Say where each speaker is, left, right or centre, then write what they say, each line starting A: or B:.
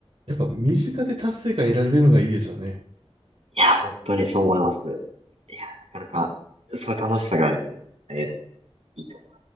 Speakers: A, on the right; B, on the right.
A: やっぱ身近で達成感得られるのがいいですよね。
B: いや、本当にそう思います。いや、なかなか、そういう楽しさがあるというのは、英語のいいところ